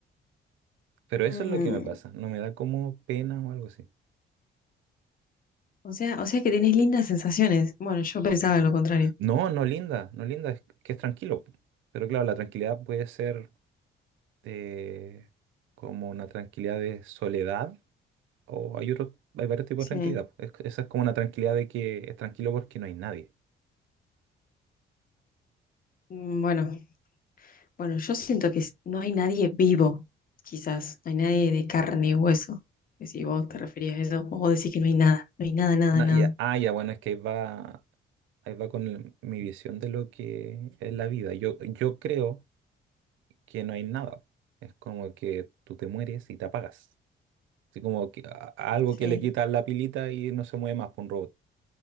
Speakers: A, on the right; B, on the left.
A: Pero
B: Mm,
A: eso es lo que me pasa, no me da como pena o algo así.
B: O sea, o sea que tenés lindas sensaciones. Bueno, yo pensaba lo contrario.
A: No, no linda, no linda, es que es tranquilo. Pero claro, la tranquilidad puede ser eh, como una tranquilidad de soledad o hay otro, hay varios tipos
B: Sí.
A: de tranquilidad. Es- esa es como una tranquilidad de que es tranquilo porque no hay nadie.
B: Mm, Bueno, bueno, yo siento que s- no hay nadie vivo, quizás. No hay nadie de carne y hueso. Que si vos te referías a eso, o vos decís que no hay nada. No hay nada, nada,
A: Na-
B: nada.
A: ya- ah, ya, bueno, es que ahí va, ahí va con el- mi visión de lo que es la vida. Yo, yo creo que no hay nada. Es como que tú te mueres y te apagas. Así como que, a- algo
B: Sí,
A: que le quita la pilita y no se mueve más por un robot.